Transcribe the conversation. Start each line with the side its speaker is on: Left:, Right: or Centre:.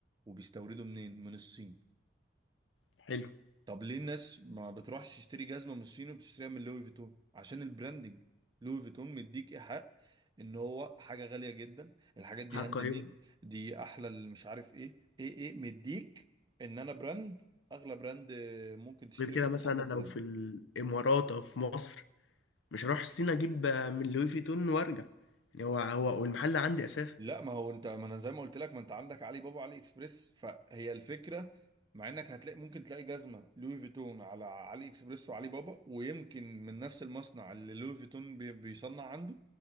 Right: وبيستوردوا منين من الصين
Left: حلو
Right: طب ليه الناس ما بتروحش تشتري جزمة من الصين وبتشتريها من لوي فيتون عشان البراندنج لوي فيتون مديك إيحاء ان هو حاجة غالية جدا الحاجات دي
Left: هقيمه
Right: هاند ميد دي احلى اللي مش عارف ايه ايه ايه مديك ان انا براند اغلى براند ممكن تشتري
Left: غير كده
Right: منه
Left: مثلا
Right: اندر براند
Left: أنا لو في الامارات او في مصر مش هروح الصين اجيب آه، من لوي فيتون وارجع يعني هو هو والمحل عندي اساسا
Right: لا ما هو انت ما انا زي ما قلت لك ما انت عندك علي بابا علي اكسبريس فهي الفكره مع انك هتلاقي ممكن تلاقي جزمه لوي فيتون على علي اكسبريس وعلي بابا ويمكن من نفس المصنع اللي لوي فيتون بي- بيصنع عنده